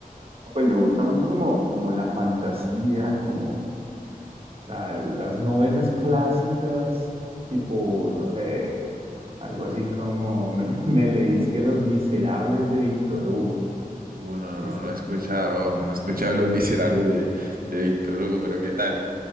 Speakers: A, on the right; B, on the right.
A: Pues me gusta mucho como, como la fantasía, como la- las novelas clásicas, tipo, no sé, algo así como me, <laughs> me leís que Los Miserables de Víctor Hugo.
B: Bueno, no,
A: Es,
B: no he escuchado, no he escuchado Los Miserables de, de Víctor Hugo, pero ¿qué tal?